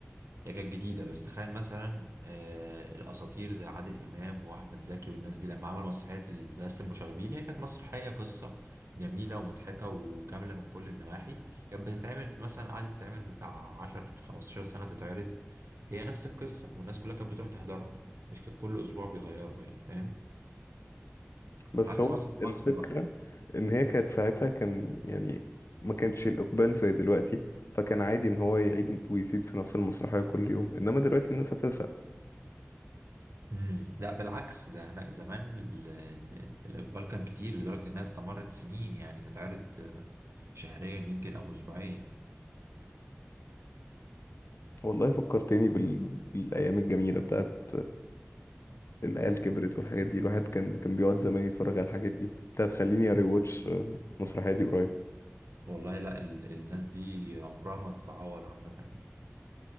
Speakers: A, on the right (about 80°); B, on the left (about 75°).
A: هي كانت جديدة بس تخيل مثلا آه، الأساطير زي عادل إمام وأحمد زكي والناس دي لما عملوا مسرحية مدرسة المشاغبين هي كانت مسرحية قصة جميلة ومضحكة وكاملة من كل النواحي كانت بتتعمل مثلا قعدت تتعمل بتاع 10 15 سنة تتعرض هي نفس القصة والناس كلها كانت بتروح تحضرها مش كان كل أسبوع بيغيروا يعني فاهم
B: بس
A: عكس
B: هو
A: مثلا في
B: الفكرة
A: مصر بقى
B: إن هي كانت ساعتها كان يعني ما كانش الإقبال زي دلوقتي فكان عادي إن هو يعيد ويزيد في نفس المسرحية كل يوم إنما دلوقتي الناس هتزهق
A: امم لا بالعكس ده هناك زمان ال- ال- الإقبال كان كتير لدرجة إنها استمرت سنين يعني تتعرض شهريا يمكن أو أسبوعيا
B: والله فكرتني بال... بالأيام الجميلة بتاعت العيال كبرت والحاجات دي الواحد كان كان بيقعد زمان يتفرج على الحاجات دي بتاعت خليني أري واتش المسرحية دي قريب
A: والله لا ال- الناس دي عمرها ما تتعوض عامة يعني